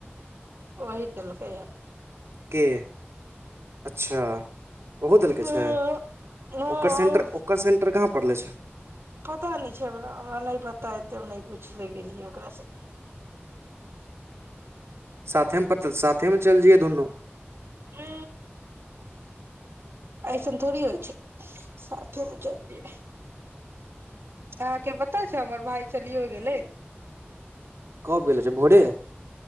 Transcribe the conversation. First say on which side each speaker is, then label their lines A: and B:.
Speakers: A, on the right; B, on the right.
A: ओही देलकै हा
B: के अच्छा ओहो देलके
A: हँ
B: छै ओकर सेन्टर ओकर सेंटर कहाँ पड़ले छै
A: पता नहि छै हमरा हमरा नहि पता एतै हम नहि पूछि लए गेलियै ओकरासँ
B: साथेमे प साथेमे चल जए दुनू
A: ह ऐसन ोड़ होइ छै सामे जल्दी अहाँके पता छै हमर भााय चलिय हो गेलै
B: कब गेलल छै भोरे